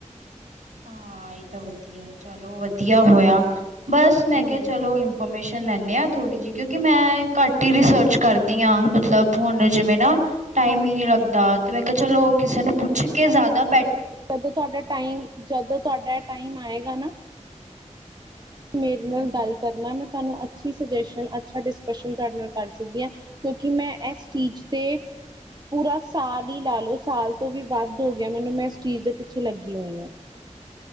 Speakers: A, on the right; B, on the right.
A: ਹਾਂ ਇਹ ਤਾਂ ਵਧੀਆ, ਚਲੋ ਵਧੀਆ ਹੋਇਆ ਬਸ ਮੈਂ
B: ਹਾਂਜੀ
A: ਕਿਹਾ ਚਲੋ ਇਨਫੋਰਮੇਸ਼ਨ ਲੈਨੇ ਆ ਥੋੜ੍ਹੀ ਜੀ, ਕਿਉਕਿ ਮੈ ਘੱਟ ਹੀ ਰਿਸਰਚ ਕਰਦੀ ਯਾਂ ਮਤਲਬ ਹੁਣ ਜਿਵੇ ਨਾ। ਟਾਈਮ ਹੀ ਨੀ ਲੱਗਦਾ ਤੇ ਮੈਂ ਕਿਹਾ ਚਲੋ ਕਿਸੇ ਨੂੰ ਪੁੱਛ ਕੇ ਜਾਦਾ
B: ਜਦੋਂ ਤੁਹਾਡਾ ਟਾਈਮ, ਜਦੋਂ ਤੁਹਾਡਾ ਟਾਈਮ ਆਏਗਾ ਨਾ- ਮੇਰੇ
A: ਹਮ
B: ਨਾਲ
A: ਹਮ
B: ਗੱਲ ਕਰਨਾ ਮੈਂ ਤਾਨੂੰ ਅੱਛੀ ਸੁਜੈਸ਼ਨ ਅੱਛਾ ਡਿਸਕਸ਼ਨ ਤਹਾਡੇ ਨਾਲ ਕਰ ਸਕਦੀ ਆ, ਕਿਉਂਕਿ ਮੈਂ ਇਸ ਚੀਜ਼ ਤੇ ਪੂਰਾ ਸਾਲ ਈ ਲਾ ਲਓ, ਸਾਲ ਤੋਂ ਵੀ ਵੱਧ ਹੋ ਗਿਆ ਮੈਨੂੰ ਮੈਂ ਇਸ ਚੀਜ਼ ਦੇ ਪਿੱਛੇ ਲੱਗੀ ਹੋਈ ਆ।